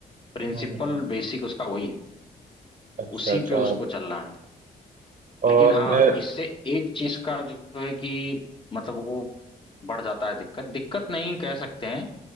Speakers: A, on the left; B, on the right.
A: प्रिंसिपल
B: हम्म,
A: बेसिक उसका वही है
B: अच्छा
A: उसी
B: अच्छा
A: पे उसको चलना है
B: और
A: लेकिन हाँ
B: मैं
A: इससे एक चीज का जो है कि मतलब वो बढ़ जाता है दिक्कत दिक्कत नहीं कह सकते हैं